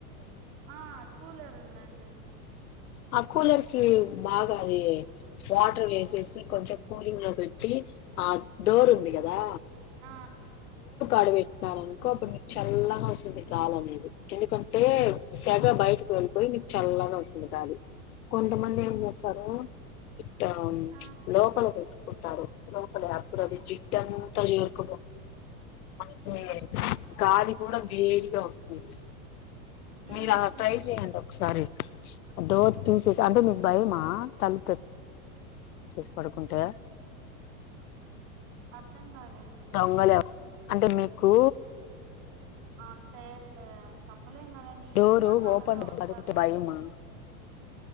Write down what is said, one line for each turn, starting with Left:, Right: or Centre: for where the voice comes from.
Right: ఆ కూలరు ఉందండి డి
Left: ఆ కూలర్ కి బాగా అది వాటర్ వేసేసి కొంచెం కూలింగ్ లో పెట్టి ఆ డోర్ ఉంది కదా
Right: ఆ
Left: అడ పెట్టినరానుకో అప్పుడు మీకు చల్లగా వస్తుంది గాలి అనేది ఎందుకంటే సెగ బయటకి వెళ్ళిపోయి మీకు చల్లగా వస్తుంది గాలి కొంతమంది ఏం చేస్తారు టౌన్
Right: ఆ
Left: లోపల పెట్ టారు లోపలే అప్పుడు
Right: ఆ
Left: అది జిట్టన్ తరియుర్కుపో అందుకే
Right: ఆ
Left: గాలి కూడా వేడిగా వస్తుంది
Right: మ్మ్
Left: మీరు అలా
Right: మ్మ్
Left: ట్రై చెయండి ఒకసారి డోర్ తీసెస్ అంటే మీకు భయమా తలుపు తెర్ చేసి పడుకుంటే
Right: అర్థం కాలేదండి
Left: దొంగలు అంటే మీకు
Right: అంటే చప్ చెప్పలేం కదండి ఈ
Left: డోరు
Right: ఎండాకాలమే
Left: ఓపెన్
Right: వస్తారంట
Left: పడుకుంటే భయమా